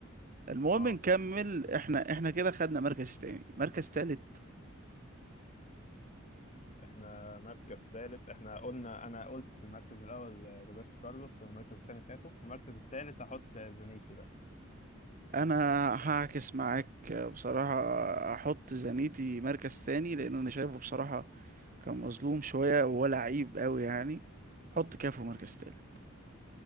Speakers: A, on the right; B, on the left.
A: المهم
B: اه
A: نكمل
B: فاهم
A: احنا احنا كده خدنا مركز تاني مركز تالت
B: احنا مركز ثالث احنا قلنا انا قلت في المركز الاول آه، روبرتو كارلوس والمركز الثاني كاتو والمركز الثالث هحط آه، زانيتي بقى
A: انا هعكس معاك بصراحة احط زانيتي مركز تاني لان انا شايفه بصراحة كان مظلوم شوية وهو لعيب قوي يعني حط كافو مركز تالت